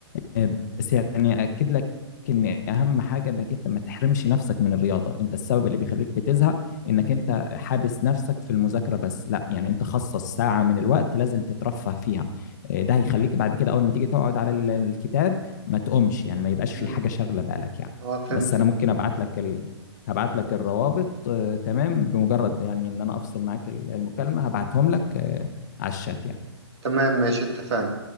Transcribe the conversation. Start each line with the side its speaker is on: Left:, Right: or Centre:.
Left: آه، بس يعني اكد لك ان اهم حاجه انك انت ما تحرمش نفسك من الرياضه انت السبب اللي بيخليك بتزهق انك انت حابس نفسك في المذاكره بس لا يعني انت خصص ساعه من الوقت لازم تترفه فيها إيه، ده هيخليك بعد كده اول ما تيجي تقعد على ال- الكتاب ما تقومش يعني ما يبقاش
Right: مم.
Left: في حاجه شاغله بالك يعني
Right: اه فهمتك
Left: بس انا ممكن ابعت لك ال... هبعت لك الروابط آه، تمام بمجرد يعني ان انا افصل معاك ال- المكالمه هبعتهم لك آه، على الشات يعني
Right: تمام ماشي اتفقنا